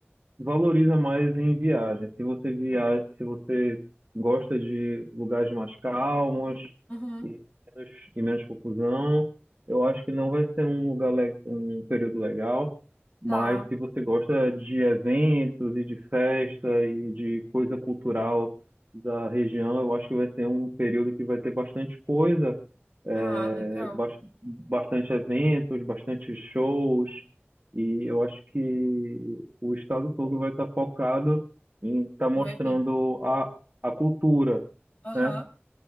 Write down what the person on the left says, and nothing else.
Uhum,
tá.
Ah, legal.
No evento.
Aham.